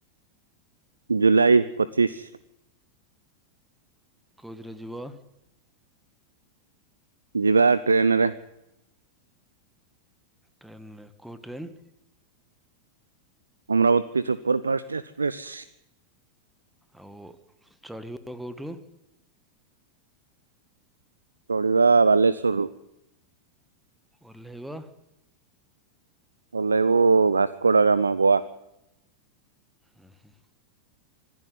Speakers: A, on the right; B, in the centre.
A: ଜୁଲାଇ ପଚିଶ।
B: କୋଉଥିରେ ଯିବ?
A: ଯିବା ଟ୍ରେନରେ।
B: ଟ୍ରେନରେ କୋଉ train?
A: Amravati super fast express.
B: ଆଉ ଚଢ଼ିବ କୋଉଠୁ?
A: ଚଢି଼ବା ବାଲେଶ୍ଵରରୁ
B: ଓଲେହିବ
A: ଭଲଇବୁ ଭାସ୍କଡ ଆମ ଗୋଆ।
B: <inaudible>